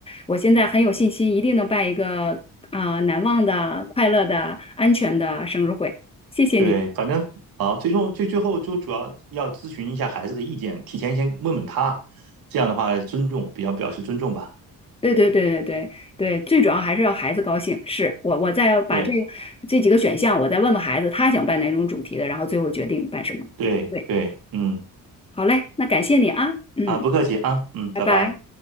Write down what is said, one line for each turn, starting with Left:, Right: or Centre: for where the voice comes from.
Left: 我现在很有信心，一定能办一个啊、难忘的、快乐的、安全的生日会。谢谢你。
Right: 对，反正好，最终最最后就主要要咨询一下孩子的意见，提前先问问他，这样的话尊重，比较表示尊重吧。
Left: 对对对对对对，最主要还是要孩子高兴。是我，我再把这个这几个选项，
Right: 对
Left: 我再问问孩子，他想办哪种主题的，然后最后决定办什么。
Right: 对对，
Left: 对，
Right: 嗯。
Left: 好嘞，那感谢你啊，嗯，
Right: 啊，不客气啊，嗯，
Left: 拜拜。
Right: 拜拜。